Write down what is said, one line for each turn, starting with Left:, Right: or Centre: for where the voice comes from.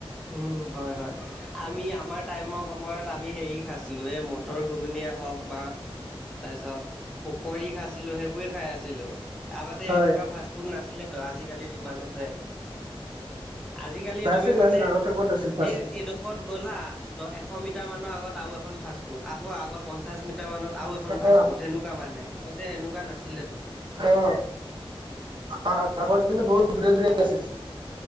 Centre: উম হয় হয়, আমি আমাৰ টাইমৰ সময়ত আমি হেৰি খাইছিলোঁ এই ম তৰ ঘুগুনিয়ে হওক, বা তাৰপিছত পকৰি খাইছিলো সেইবোৰে খাই আছিলোঁ। আগতে
Right: হয়
Centre: এনেকুৱা ফাষ্ট ফুড নাছিলে তো, আজিকালি যিমান হৈছে। আজিকালি
Right: নাছিল
Centre: তুমি মানে
Right: নাছিল আগতে ক'ত আছিল ফাষ্ট
Centre: এই
Right: ফুড।
Centre: এইডোখৰত গ'লা দ এশ মিটাৰ মানৰ আগত আৰু এখন ফাষ্ট ফুড আকৌ আগৰ পঞ্চাশ মিটাৰ মানত তাও এখন
Right: ফুড
Centre: ফাষ্টফুড সেনেকুৱা মানে, আগতে এনেকুৱা নাছিলেতো।
Right: অ', আ আগৰ দিনত বহুত দূৰে দূৰে আছিল।